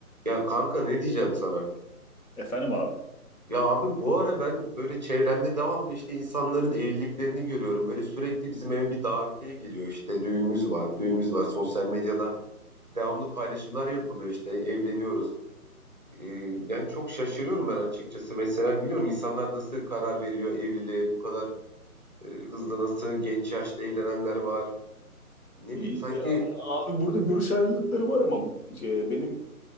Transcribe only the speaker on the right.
Ya kanka ne diyeceğim sana?
Ya abi bu ara ben böyle çevremde devamlı işte insanların evliliklerini görüyorum. Böyle sürekli bizim eve bir davetiye geliyor işte düğünümüz var, düğünümüz var. Sosyal medyada devamlı paylaşımlar yapılıyor işte evleniyoruz. Ee, yani çok şaşırıyorum ben açıkçası. Mesela biliyorum insanlar nasıl karar veriyor evliliğe bu kadar e, hızlı nasıl genç yaşta evlenenler var. Ne
bileyim sanki